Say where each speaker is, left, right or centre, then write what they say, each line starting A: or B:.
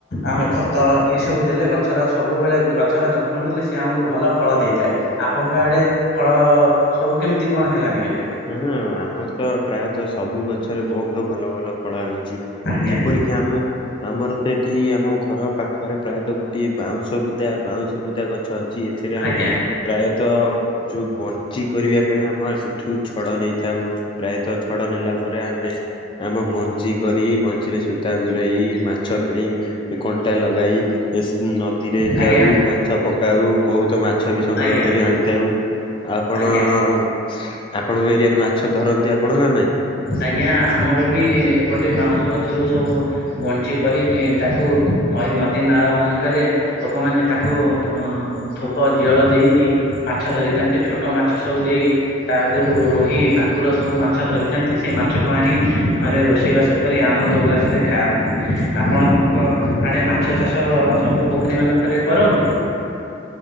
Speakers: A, on the left; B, on the left.
A: ଆମେ ଖତ ଏଇ ସବୁ ଦେଲେ ଗଛର ସବୁବେଳେ ଗଛର ଯତ୍ନ ନେଲେ ସିଏ ଆମକୁ ଭଲ ଫଳ ଦେଇଥାଏ। ଆପଣଙ୍କ ଆଡେ ଫଳ ଅ ଅ ସବୁ କେମିତି କଣ ହେଲାଣି ଏବେ?
B: ହଁ ଆମର ତ ପ୍ରାୟତଃ ସବୁ ଗଛରେ ବହୁତୁ ଭଲ ଭଲ ଫଳ ଆଉଚି।
A: ଆଜ୍ଞା
B: ଯେପରିକି ଆମ ଆମର ତ ଏଠି ଆମ ଘର ପାଖରେ ପ୍ରାୟ ତ ଗୋଟଏ ବାଉଁଶ ବୁଦା ବାଉଁଶ ବୁଦା ଗଛ ଅଛି। ଏଥିରେ ଆମେ
A: ଆଜ୍ଞା
B: ପ୍ରାୟତଃ ଯଉ ବଞ୍ଚି କରିବା ପାଇଁ, ଆମ ସେଠୁ ଛଡ ନେଇ ଥାଉ ପ୍ରାୟତଃ ଛଡ ନେଲା ପରେ ଆମେ ଆମ ବଞ୍ଚି କରି ବଞ୍ଚି ରେ ସୂତା ଗୁୁରାଇ ମାଛ ପେଇଁ ଏ କଣ୍ଟା ଲଗାଇ ଏସ୍ ନଦୀରେ
A: ଆଜ୍ଞା
B: ଯାଉ ମାଛ ପକାଉ ବହୁତ ମାଛ ବି ସଂଗ୍ରହ
A: ଆଜ୍ଞା
B: କରି ଆଣିଥାଉ। ଆପଣ
A: ଆଜ୍ଞା।
B: ଅ ଅ ଆପଣଙ୍କ ଏରିଆରେ ମାଛ ଧରନ୍ତି ଆପଣ ନା ନାଇଁ?
A: ଆଜ୍ଞା ଆମର ବି ଏପଟେ ବାଉଁଶ ଗଛରୁ ସବୁ ବନଂଶି କରିକି ତାକୁ ନଈ, ନଦୀ, ନାଳ ମାନଙ୍କରେ ଲୋକମାନେ ତାକୁ ଉଁ ହଁ ଥୋପ ଜିଅଳ ଦେଇକି ମାଛ ଧରିଥାନ୍ତି ଛୋଟ୍ ଛୋଟ ମାଛ ସବୁ ଦେଇ ତା ଦେହରୁ ରୋହି, ଭାକୁର ସବୁ ମାଛ ଧରିଥାନ୍ତି। ସେ ମାଛକୁ ଆଣି ଘରେ ରୋଷେଇ ବାସ କରି ଆନନ୍ଦ ଉଲ୍ଲାସରେ ଖାଆନ୍ତି। ଆପଣଙ୍କ ଆଡ଼େ ମାଛ ଚାଷ ସବୁ ପୋଖରୀ ମାନଙ୍କରେ କରନ୍ତି।